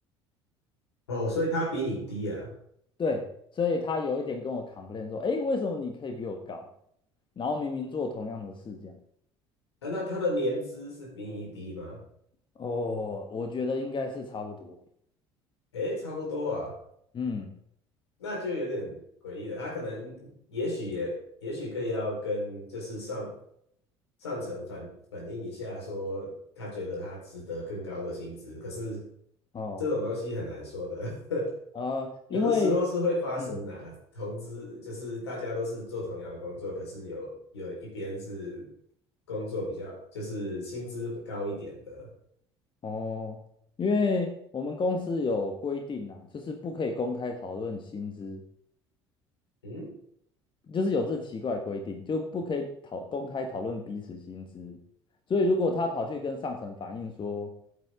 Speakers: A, on the left; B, on the left.
A: 哦，所以他比你低啊？
B: 对，所以他有一点跟我 complain 说，诶，为什么你可以比我高啊然后明明做同样的事，这样
A: 啊，那他的年资是比你低吗？
B: 哦，我觉得应该是差不多。
A: 诶，差不多啊，
B: 嗯，
A: 那就有点诡异了。他可能，也许也，也许可以要跟就是上上层反反映一下，说他觉得他值得更高的薪资。可是
B: 哦，
A: 这种东西很难说的。<laughs>
B: 呃，
A: 有的时候是会发生的啊，
B: 因为，嗯，
A: 同资就是大家都是做同样的工作，可是有有一边是工作比较就是薪资高一点的，
B: 哦，因为我们公司有规定啊，就是不可以公开讨论薪资，
A: 嗯，
B: 就是有这奇怪规定，就不可以讨公开讨论彼此薪资。所以如果他跑去跟上层反映说，